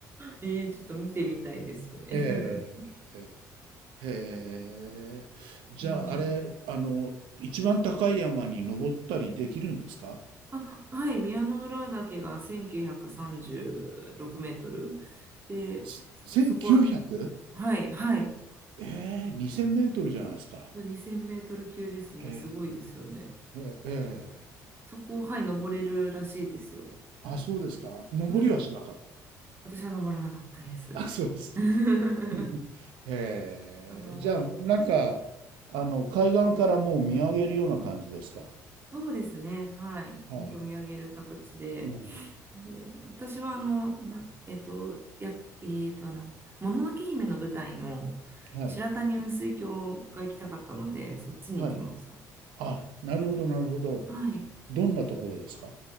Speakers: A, on the right; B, on the right.
A: えー、ちょっと見てみたいです、それ。<laughs> う
B: ええ、ええ、へえ。じゃあ、
A: ん、
B: あれ、あの、一番高い山に登ったりできるんですか
A: <laughs> あ、はい、宮之浦岳が1936メートルで、
B: す ?1900?
A: そこ、はい、はい、
B: ええ、2000メートルじゃないですか。
A: 2000メートル級ですね、
B: え
A: すごいですよね。
B: え、ええ、ええ
A: そこ、はい、登れるらしいですよ。
B: あ、そうですか。登りはしなかっ
A: はい、私は登らなかったです。
B: た。あ、そうですか。
A: <laughs>
B: <laughs> ええ、
A: あの
B: じゃあ、なんか、あの、海岸からもう見上げるような感じですか。
A: そうですね。はい。
B: はい。
A: ほんと見上げる形で。
B: うん。
A: で、私はあの、なえっと、や、えっと、あの、もののけ姫の舞台の
B: はい。
A: 白谷雲水峡が行きたかったので、そっちに行きました。
B: はい。あ、なるほど、なるほど。
A: はい。
B: どんなところですか